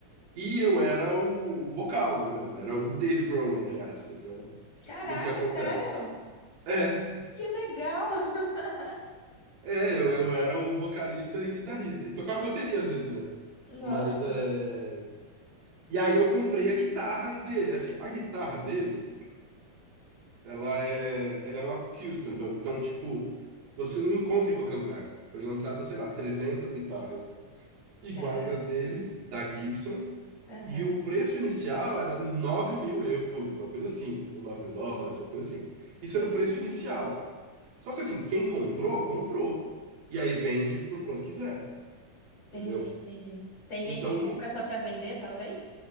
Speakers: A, on the right (about 60°); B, on the left (about 35°).
A: E eu era o, o vocal, né? Eu era o Dave Grohl, entre aspas, né?
B: Caraca,
A: E o que acontece?
B: sério?
A: É,
B: Que legal. <laughs>
A: é, eu, eu era o vocalista e guitarrista. E tocava bateria às vezes também.
B: Nossa.
A: Mas é. E aí eu comprei a guitarra dele. Assim, a guitarra dele. Ela é, ela é uma custom então, então, tipo, você não encontra em qualquer lugar. Foi lançada, sei lá, 300 guitarras iguais
B: Caraca.
A: às dele, da Gibson,
B: Aham.
A: e o preço inicial era nove mil euros, uma coisa assim, ou nove mil dólares, uma coisa assim. Isso
B: Hum.
A: era o preço inicial. Só que assim, quem comprou, comprou. E aí vende por quanto quiser,
B: Entendi,
A: entendeu?
B: entendi. Tem gente
A: Então,
B: que compra
A: não-
B: só pra vender, talvez?